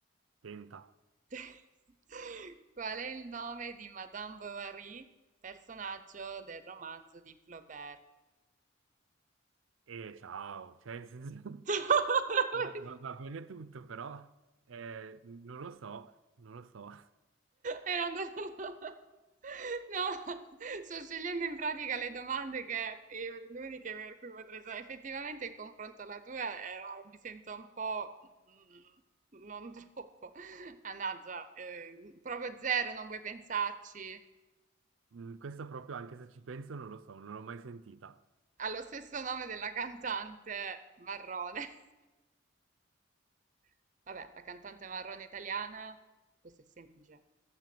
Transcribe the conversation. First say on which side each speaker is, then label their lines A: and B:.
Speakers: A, on the right; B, on the right.
A: Tenta.
B: <laughs> Qual è il nome di Madame Bovary, personaggio del romanzo di Flaubert?
A: E ciao, cioè, nel senso,
B: <laughs>
A: <laughs> va va- va bene tutto, però eh, non lo so, non lo so.
B: Era andato... <laughs> No, sto scegliendo in pratica le domande che eh, l'unica per cui potrei sapere. Effettivamente il confronto alla tua era, mi sento un po' mm, non <laughs> troppo. Mannaggia, eh, proprio zero, non vuoi pensarci.
A: Mm, Questo proprio, anche se ci penso, non lo so, non l'ho mai sentita.
B: Ha lo stesso nome della cantante Marrone. <laughs> Vabbè, la cantante Marrone italiana, questo è semplice.